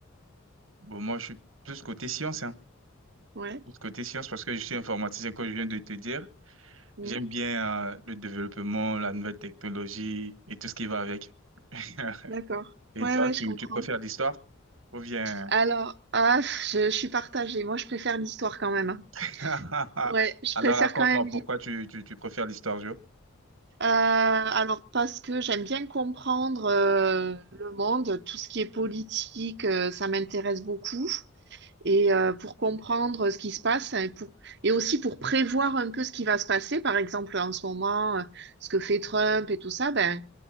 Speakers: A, on the right (about 75°); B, on the right (about 55°).
A: Bon, moi, je suis plus côté science, hein.
B: Ouais,
A: Plus côté science parce que je suis informaticien, comme je viens de te dire.
B: hmm,
A: J'aime bien, euh, le développement, la nouvelle technologie et tout ce qui va avec. <laughs>
B: d'accord.
A: Et
B: Ouais,
A: toi,
B: ouais,
A: tu,
B: je comprends.
A: tu préfères l'histoire? Ou bien...
B: Alors, ah, pff, je, je suis partagée. Moi, je préfère l'histoire quand même.
A: <laughs>
B: Ouais, je
A: Alors
B: préfère
A: raconte-moi
B: quand même l'histoire.
A: pourquoi tu, tu, tu préfères l'histoire, Joe.
B: alors, parce que j'aime bien comprendre euh, le monde, tout ce qui est politique, euh, ça m'intéresse beaucoup. Et euh, pour comprendre ce qui se passe et pour et aussi pour prévoir un peu ce qui va se passer, par exemple en ce moment, euh, ce que fait Trump et tout ça, ben